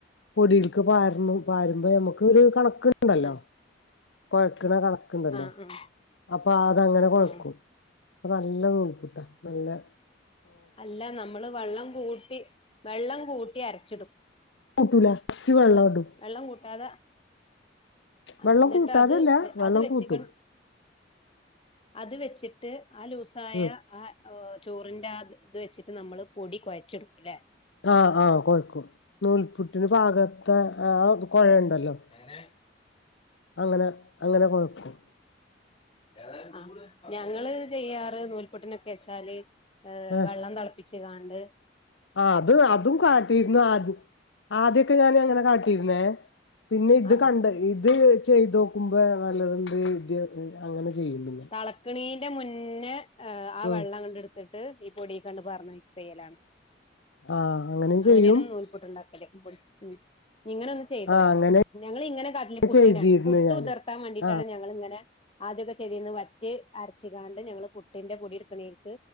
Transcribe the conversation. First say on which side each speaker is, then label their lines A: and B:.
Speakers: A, on the left (about 75°); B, on the left (about 30°).
A: പൊടിൽക്ക് പാര ണംപാരുമ്പോ നമുക്ക് ഒരു കണക്കുണ്ടല്ലോ
B: ആ
A: കൊഴക്കണ കണക്കുണ്ടല്ലോ
B: ആ ആ
A: അപ്പൊ അതങ്ങനെ കൊഴക്കും
B: ആ
A: അപ്പൊ നല്ല നൂൽപ്പുട്ട നല്ലെ
B: അല്ല നമ്മള് വെള്ളം കൂട്ടി വെള്ളം കൂട്ടി അരച്ചെടുക്കും
A: കൂട്ടൂല ഇച്ചിരി വെള്ളം ഇടും
B: വെള്ളം കൂട്ടാതെ ആ
A: വെള്ളം
B: എന്നിട്ട്
A: കൂട്ടാതല്ല
B: അത്
A: വെള്ളം
B: അത് വെച്ചക്കാൻ
A: കൂട്ടും
B: അത് വെച്ചിട്ട് ആ ലൂസായ
A: ഉം
B: ആ ചോറിന്റെ ഇത് വെച്ചിട്ട് നമ്മള് പൊടി കൊഴച്ചാടുകുയിലെ അല്ലെ
A: ആഹ ആഹ് കൊഴക്കും നൂൽപുട്ടിന് പാഗത്തെ ആ കൊഴ ണ്ടല്ലോ
B: എങ്ങനെ
A: അങ്ങനെ അങ്ങനെ കൊഴക്കും
B: ആ ഞങ്ങള് ചെയ്യാറ് നൂൽപൊട്ടിനൊക്കെ വെച്ചാൽ ഏ ഹ
A: ആഹ്
B: വെള്ളം തിളപ്പിച്ചു കണ്ട്
A: ആ അത് അതും കാട്ടിയിരുന്നു അതും ആദ്യൊക്കെ ഞാൻ അങ്ങനെ കാട്ടിയിരുന്നേ പിന്നെ ഇത്
B: ആ
A: കണ്ട് ഇത് ചെയ്തും <unintelligible> നല്ലതുണ്ട് <inaudible> അങ്ങനെ ചെയ്യും പിന്നെ
B: അളക്കണീന്റെ മുന്നേ ആ
A: ഉം
B: വെള്ളം അങ്ങ് എടുത്തിട്ട് ഈ പൊടിക്ക് അങ്ങ് പാർന്നിട്ട് മിക്സ് ചെയ്യലാണ്
A: ആഹ് അങ്ങനെ
B: അങ്ങനെയാണ്
A: ചെയ്യും
B: നൂൽപൊട്ടുണ്ടാകൽ ഇവിടെ നിങ്ങനെ ഒന്നും ചെയ്ത് <inaudible> ചെയ്തോക്കണം
A: ആ അങ്ങനെ
B: ഞങ്ങിങ്ങനെ കാട്ടില് പുട്ടിനാണ്
A: ചെയ്തിരുന്നു
B: പുട്ട്
A: ഞാന്
B: ഉതിർത്താൻ വേണ്ടിട്ടാണ്
A: ആഹ്
B: ഞങ്ങിങ്ങനെ ആദ്യൊക്കെ ചെയെതന്ന് വറ്റി അരച്ചുകാണ്ട് ഞങ്ങള്ൾ പുട്ടിന്റെ പൊടി എടുക്കണക്ക്